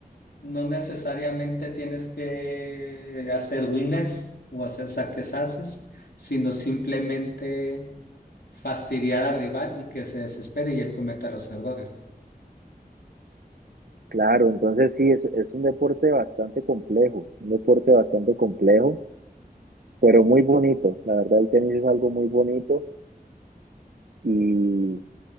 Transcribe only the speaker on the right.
Claro, entonces sí, es, es un deporte bastante complejo, un deporte bastante complejo, pero muy bonito. La verdad, el tenis es algo muy bonito Y,